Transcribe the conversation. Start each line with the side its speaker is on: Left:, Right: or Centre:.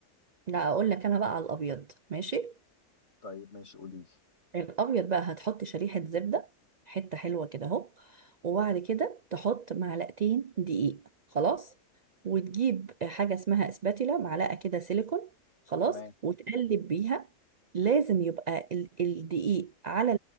Right: لا اقول لك انا بقى على الابيض ماشي
Left: طيب ماشي قوليلي
Right: الابيض بقى هتحط شريحه زبده حته حلوه كده اهو وبعد كده تحط معلقتين دقيق خلاص وتجيب حاجه اسمها اسباتيلا معلقه كده سيليكون خلاص
Left: تمام
Right: وتقلب بيها لازم يبقى ال- الدقيق على